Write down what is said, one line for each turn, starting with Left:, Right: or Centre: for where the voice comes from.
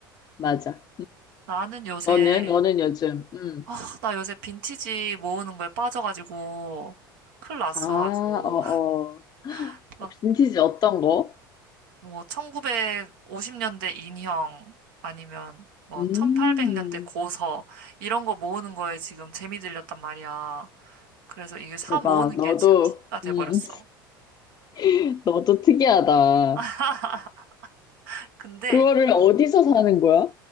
Left: 맞아.
Right: 나는 요새,
Left: 너는? 너는 요즘? 응
Right: 아, 나 요새 빈티지 모으는 거에 빠져가지고, 큰일 났어,
Left: 아,
Right: 아주.
Left: 어어.
Right: <laughs> 막,
Left: 빈티지 어떤 거?
Right: 뭐, 1950년대 인형, 아니면, 뭐,
Left: 음.
Right: 1800년대 고서, 이런 거 모으는 거에 지금 재미 들렸단 말이야. 그래서 이게 사
Left: 대박.
Right: 모으는
Left: 너도,
Right: 게 지금 취미가 돼버렸어.
Left: 음. <laughs> 너도 특이하다.
Right: <laughs> 근데,
Left: 그거를 어디서 사는 거야?